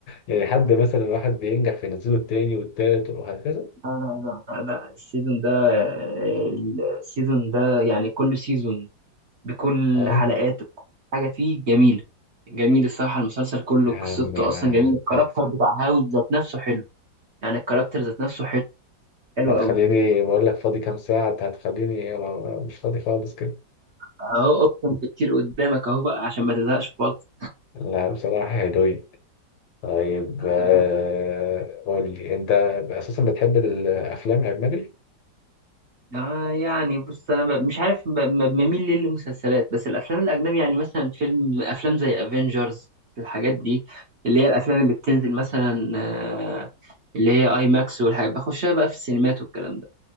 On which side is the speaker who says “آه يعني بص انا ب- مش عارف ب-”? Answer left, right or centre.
Right